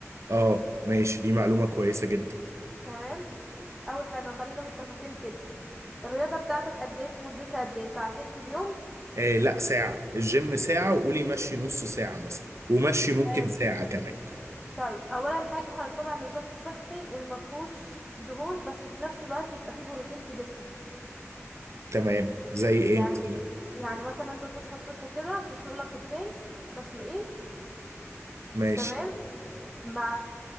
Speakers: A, on the right; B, in the centre.
A: اه ماشي دي معلومة كويسة جدا
B: تمام اول حاجة خلينا متفقين كده الرياضة بتاعتك قد ايه في مدتها قد ايه ساعتين في اليوم
A: آه لا ساعة الجيم ساعة وقولي مشي نص ساعة مثلا ومشي ممكن
B: حلو
A: ساعة كمان
B: طيب اولا حاجة هنتبع النظام الصحي المفهوش دهون بس في نفس الوقت يبقى فيه بروتين في جسمك
A: تمام زي ايه
B: يعني
A: مثلا
B: يعني مثلا انت تصحى الصبح كده تسلق لك بيضتين مسلوقين
A: ماشي
B: تمام مع